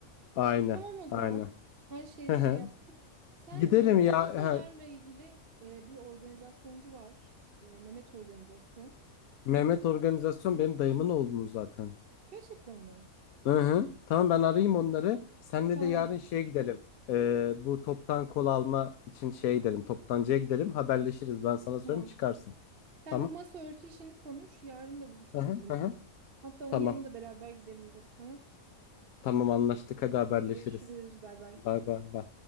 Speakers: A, on the left (about 75°); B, on the right (about 50°).
A: Aynen
B: Şimdi tamam o zaman.
A: aynen.
B: Her şeyi
A: Hı hı.
B: şey yaptık. Sen
A: Gidelim
B: e,
A: ya.
B: bu masalarla
A: Ha,
B: ilgili e, bir organizasyoncu var. E, Mehmet Organizasyon.
A: Mehmet organizasyon benim dayımın oğlunuz zaten.
B: Gerçekten mi?
A: Hı hı. Tamam ben arayayım onları. Senle
B: Tamam,
A: de yarın şeye gidelim. Ee, bu toptan kol alma için şeye gidelim. Toptancıya gidelim. Haberleşiriz. Ben sana
B: tamam.
A: söyleyeyim çıkarsın.
B: Sen
A: Tamam.
B: bu masa örtü işini konuş. Yarın da buluşuruz
A: Hı hı,
B: yine.
A: hı hı.
B: Hatta onun
A: Tamam.
B: yanına da beraber gidebiliriz, tamam?
A: Tamam anlaştık. Hadi haberleşiriz.
B: Hadi görüşürüz. Bay bay.
A: Bay bay. bay.